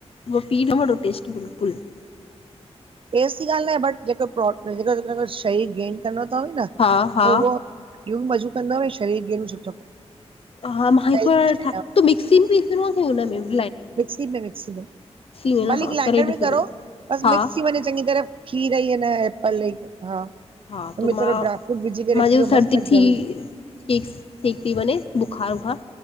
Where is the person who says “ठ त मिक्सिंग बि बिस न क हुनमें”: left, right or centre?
Left